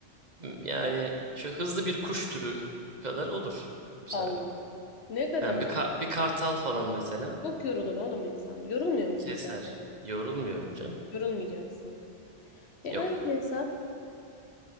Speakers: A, on the right; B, on the left.
A: yani şu hızlı bir kuş türü kadar olur. Mesela.
B: Allah'ım. Ne kadar
A: He,
B: hızlı.
A: bir, ka- bir kartal falan mesela
B: Çok yorulur oğlum insan. Yorulmuyor musun
A: keser.
B: uçarken?
A: Yorulmuyorum canım.
B: Yorulmayacaksın. E
A: Yok.
B: aynı hesap.